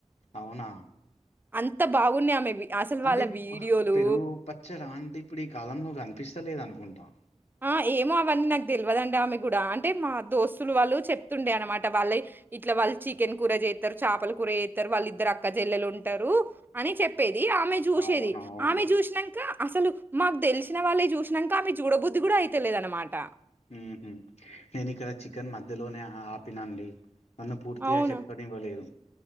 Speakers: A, on the left (about 65°); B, on the right (about 15°).
A: అవునా
B: అంత బాగున్నయి ఆమెవి అసలు
A: అంటే
B: వాళ్ళ వీడియోలు
A: పెరుగు పచ్చడ అంటే ఇప్పుడు ఈ కాలంలో కనిపిస్తలేద్ అనుకుం ట
B: ఆ ఏమో అవన్నీ నాక్ తెల్వదండి ఆమెక్ గుడా అంటే మా దోస్ తులు వాళ్ళు చెప్తుండే అన్నమాట. వాళ్ళయి ఇట్ల వాళ్ళు చికెన్ కూర చేత్తరు చేపలు కూర చేత్తరు వాళ్ళ ఇద్దరు అక్కచెల్లలు ఉంటరు అని చెప్పేది ది ఆమె చూసేది
A: అవునవును
B: ఆమె చూసినంక అసలు మాక్ తెల్సిన వల్లై చూసినంక ఆమెయి చూడబుద్ ఇది గుడ అయితేలేద్ అన్నమాట
A: మ్ హ్ నేన్ ఇక్కడ చికెన్ మధ్యలోనే ఆపినండి నన్ను పూర్తిగా
B: అవునా?
A: చెప్పనివ్వలేదు.